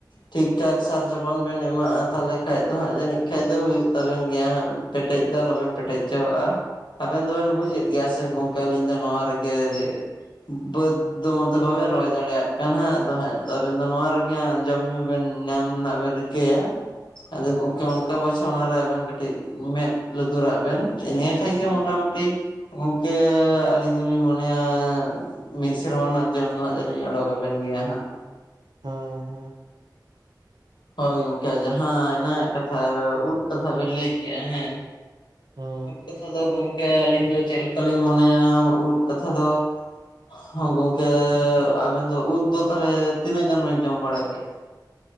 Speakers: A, on the left (about 80°); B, on the right (about 65°).
A: ᱴᱷᱤᱠ ᱴᱷᱟᱠ ᱥᱟᱨ ᱪᱟᱯᱟᱱ ᱵᱮᱱ ᱮᱢᱟᱜᱼᱟ ᱛᱟᱦᱚᱞᱮ ᱠᱷᱟᱱ ᱫᱚ ᱦᱟᱸᱜ ᱡᱟᱹᱱᱤᱡ ᱠᱷᱟᱱ ᱫᱚ ᱦᱩᱭᱩᱜ ᱛᱟᱵᱮᱱ ᱜᱮᱭᱟ ᱦᱟᱸᱜ᱾ ᱯᱮᱴᱮᱡ ᱫᱚ ᱟᱞᱚ ᱵᱮᱱ ᱯᱮᱴᱮᱡ ᱦᱚᱪᱚᱣᱟᱜᱼᱟ ᱟᱵᱮᱱ ᱫᱚᱵᱮᱱ ᱵᱩᱡᱮᱫ ᱜᱮᱭᱟ ᱥᱮ ᱜᱚᱝ ᱟᱞᱤᱧ ᱫᱚ ᱱᱚᱣᱟ ᱨᱮᱜᱮ ᱵᱟᱹᱫᱽ ᱫᱚ ᱢᱟᱱᱮ ᱵᱟᱵᱮᱱ ᱨᱚᱦᱚᱭ ᱫᱟᱲᱮᱭᱟᱜ ᱠᱟᱱᱟ ᱦᱟᱸᱜ ᱟᱫᱚ ᱦᱟᱜ ᱟᱵᱮᱱ ᱫᱚ ᱱᱚᱣᱟ ᱨᱮᱜᱮ ᱦᱟᱸᱜ ᱡᱚᱢ ᱧᱩ ᱵᱮᱱ ᱧᱟᱢ ᱨᱮᱱᱟᱜ ᱵᱮᱱ ᱨᱤᱠᱟᱹᱭᱟ ᱟᱫᱚ ᱜᱚᱢᱠᱮ ᱚᱠᱟ ᱵᱟᱪᱷᱟ ᱚᱱᱟᱨᱮ ᱟᱵᱮᱱ ᱠᱟᱹᱴᱤᱡ ᱢᱮᱫ ᱞᱩᱛᱩᱨᱟᱜ ᱵᱮᱱ ᱱᱤᱭᱟᱹ ᱠᱷᱟᱱ ᱜᱮ ᱢᱳᱴᱟᱢᱩᱴᱤ ᱜᱚᱝᱠᱮ ᱟᱞᱤᱧ ᱟᱹᱞᱤᱧ ᱫᱚ ᱞᱤᱧ ᱢᱚᱱᱮᱭᱟ ᱢᱤᱫ ᱥᱮᱨᱢᱟ ᱨᱮᱱᱟᱜ ᱡᱚᱢ ᱫᱚ ᱦᱟᱸᱜ ᱡᱟᱹᱱᱤᱧ ᱚᱰᱩᱵᱮᱱ ᱜᱮᱭᱟ ᱦᱟᱸᱜ᱾
B: ᱦᱮᱸ ᱦᱮᱸ᱾
A: ᱦᱳᱭ ᱜᱚᱝᱠᱮ ᱡᱟᱦᱟᱸ ᱮᱱᱟᱱᱟᱜ ᱠᱟᱛᱷᱟ ᱩᱫ ᱠᱟᱛᱷᱟ ᱵᱮᱱ ᱞᱟᱹᱭ ᱠᱮᱫᱮᱜᱼᱟ ᱦᱮᱸ᱾
B: ᱦᱮᱸ
A: ᱩᱫ ᱠᱟᱛᱷᱟ ᱫᱚ ᱜᱚᱢᱠᱮ ᱟᱹᱞᱤᱧ ᱫᱚ ᱪᱮᱫ ᱞᱮᱠᱟᱞᱤᱧ ᱢᱚᱱᱮᱭᱟ ᱩᱫ ᱠᱟᱛᱷᱟ ᱫᱚ ᱦᱮ ᱜᱚᱝᱠᱮ ᱟᱵᱮᱱ ᱫᱚ ᱩᱫ ᱫᱚ ᱛᱟᱦᱚᱞᱮ ᱛᱤᱱᱟᱹᱜ ᱜᱟᱱ ᱵᱮᱱ ᱡᱚᱢ ᱵᱟᱲᱟ ᱠᱮᱫᱮᱜᱼᱟ᱾᱾